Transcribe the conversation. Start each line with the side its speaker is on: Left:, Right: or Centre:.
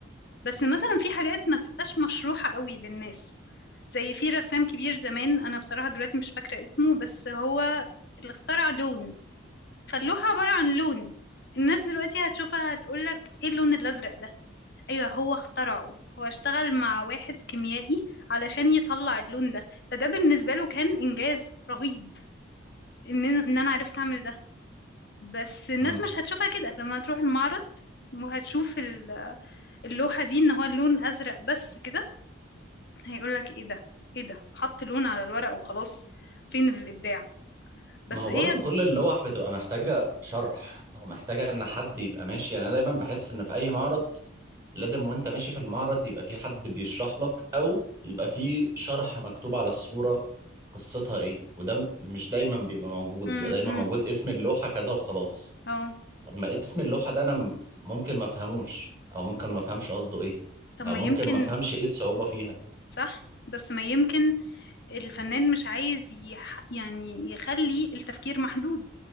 Left: بس مثلا في حاجات ما بتبقاش مشروحة قوي للناس زي في رسام كبير زمان انا بصراحة دلوقتي مش فاكرة اسمه بس هو اللي اخترع لون فاللوحة عبارة عن لون الناس دلوقتي هتشوفها هتقولك ايه اللون الازرق ده ايوه هو اخترعه هو اشتغل مع واحد كيميائي علشان يطلع اللون ده فده بالنسبة له كان انجاز رهيب ان ان انا عرفت اعمل ده بس الناس
Right: مم.
Left: مش هتشوفها كده لما تروح المعرض وهتشوف ال- اللوحة دي ان هو اللون ازرق بس كده هيقول لك ايه ده ايه ده حط لون على الورق وخلاص فين الابداع بس
Right: ما هو
Left: هي
Right: برضو كل اللوح بتبقى محتاجة شرح أو محتاجة إن حد يبقى ماشي يعني أنا دايما بحس إن في أي معرض لازم وأنت ماشي في المعرض يبقى في حد بيشرح لك أو يبقى في شرح مكتوب على الصورة قصتها إيه وده مش دايما بيبقى موجود
Left: امم
Right: بيبقى دايما موجود اسم اللوحة كذا وخلاص
Left: اه
Right: طب ما اسم اللوحة ده أنا م- ممكن ما أفهموش أو ممكن ما أفهمش قصده إيه
Left: طب
Right: أو
Left: ما
Right: ممكن
Left: يمكن
Right: ما أفهمش إيه الصعوبة فيها
Left: صح بس ما يمكن الفنان مش عايز يح... يعني يخلي التفكير محدود